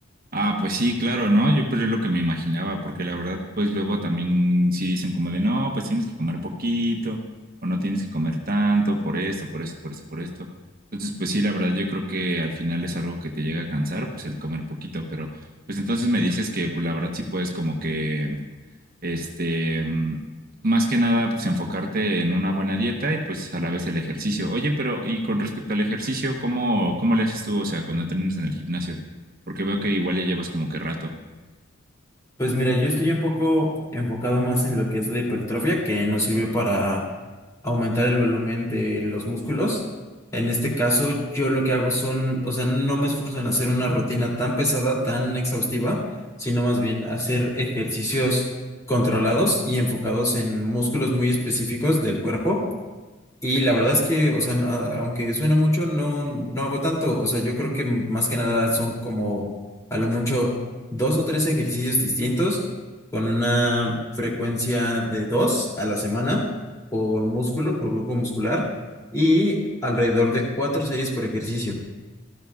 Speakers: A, on the right; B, on the left.
A: Ah, pues sí, claro, ¿no? Yo pues es lo que me imaginaba, porque la verdad, pues luego también sí dicen como de, no, pues tienes que comer poquito, o no tienes que comer tanto, por esto, por esto, por esto, por esto. Entonces, pues sí, la verdad, yo creo que al final es algo que te llega a cansar, pues el comer poquito, pero pues entonces me dices que, pues la verdad sí puedes como que este, mm, más que nada, pues enfocarte en una buena dieta y pues a la vez el ejercicio. Oye, pero y con respecto al ejercicio, ¿cómo, cómo le haces tú? O sea, cuando entrenas en el gimnasio, porque veo que igual ya llevas como que rato.
B: Pues mira, yo estoy un poco enfocado más en lo que es la hipertrofia, que nos sirve para aumentar el volumen de los músculos. En este caso, yo lo que hago son, o sea, no me esfuerzo en hacer una rutina tan pesada, tan exhaustiva, sino más bien hacer ejercicios controlados y enfocados en músculos muy específicos del cuerpo Y la verdad es que, o sea, no- aunque suena mucho, no, no hago tanto. O sea, yo creo que más que nada son como a lo mucho dos o tres ejercicios distintos con una frecuencia de dos a la semana por músculo, por grupo muscular y alrededor de cuatro series por ejercicio.